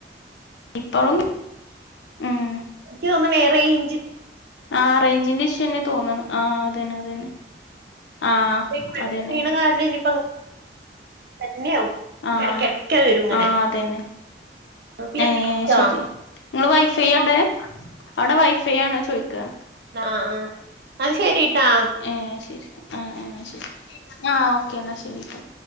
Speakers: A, on the left; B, on the right.
A: ഇപ്പളും ഉം
B: ഇക്ക് തോന്ന്ണ് റെയ്ഞ്ച്
A: ആഹ് റേഞ്ചിന്റെ ഇഷ്യു ന്നെ തോന്ന്ണ് ആഹ് അതന്നെ അതന്നെ ആ
B: <inaudible>
A: അതന്നെ
B: കാരണം ഇനിപ്പോ തന്നെയാവും
A: ആഹ്
B: ഇടക്കിടക്ക് വരും ഇങ്ങനെ
A: ആഹ് അതന്നെ
B: പിന്നെ
A: ഏഹ് ശെരി
B: ആ
A: ങ്ങള് വൈഫൈ അവടെ അവടെ വൈഫൈ ആണോ ചോയ്ക്കാ
B: ആഹ് ആഹ് ന്നാ ശെരിട്ടാ
A: ഏഹ് ശെരി ആഹ് ആഹ് ശെരി ആഹ് ഓക്കേ എന്നാ ശെരിട്ടോ